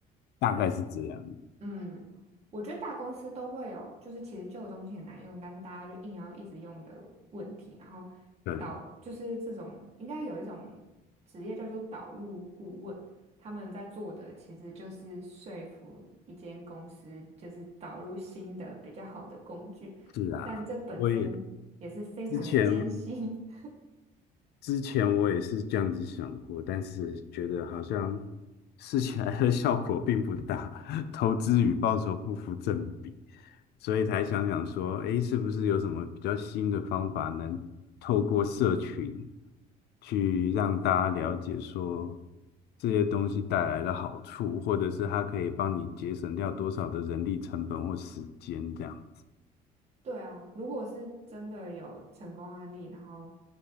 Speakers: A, on the left; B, on the right.
A: 大概是这样。
B: 嗯，我觉得大公司都会有，就是其实旧的东西很难用，但是大家就硬要一直用的问题，然后
A: 对，
B: 导就是这种应该有一种职业叫做导入顾问，他们在做的其实就是说服一间公司，就是导入新的比较好的工具。
A: 是啊，
B: 但这本身也是非常的艰辛。
A: 我也之前。
B: <laughs>
A: 之前我也是这样子想过，但是觉得好像试起来的效果并不大，<laughs> 投资与报酬不符正比，所以才想想说，诶，是不是有什么比较新的方法，能透过社群去让大家了解说这些东西带来的好处，或者是它可以帮你节省掉多少的人力成本或时间这样。子。
B: 对啊，如果是真的有成功案例，然后